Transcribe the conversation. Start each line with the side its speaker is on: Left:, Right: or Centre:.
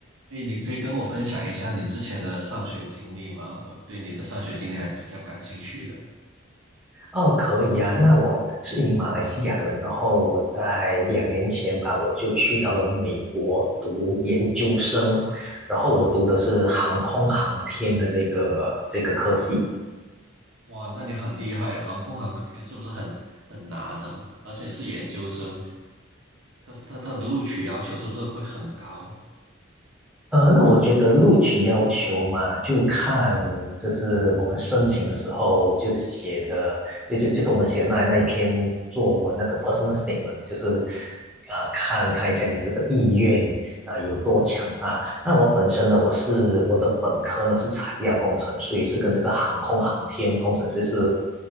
Right: 哎，你可以跟我分享一下你之前的上学经历吗？我对你的上学经历还比较感兴趣的。
Centre: 哦，可以啊。那我是一名马来西亚人，然后我在两年前吧，我就去到了美国读研究生，然后我读的是航空航天的这个这个科系。
Right: 哇，那你很厉害呀！航空航天是不是很很难呢、而且是研究生，他他他的录取要求是不是会很高？
Centre: 呃，那我觉得录取要求嘛，就看就是我们申请的时候就写的，就就就是我们写的那那一篇作文那个 personal statement，就是啊、呃看看一下你的这个意愿啊、呃有多强大。那我本身呢，我是我的本科呢是材料工程，所以是跟这个航空航天工程师是